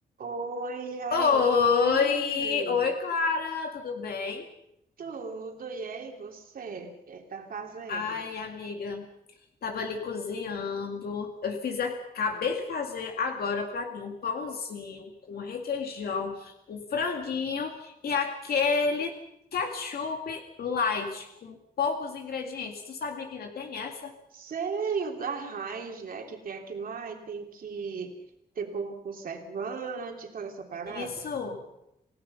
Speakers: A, on the right (about 60°); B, on the left (about 70°).
A: Oi, aí,
B: Oi! Oi, Clara, tudo bem?
A: tudo, e aí você, o que tá fazendo?
B: Ai, amiga, tava ali cozinhando. Eu fiz, a- acabei de fazer agora pra mim um pãozinho com requeijão, um franguinho e aquele ketchup light com poucos ingredientes. Tu sabia que ainda tem essa?
A: Sei, o da raiz, né, que tem aquilo lá e tem que ter pouco conservante, toda essa parada.
B: Isso.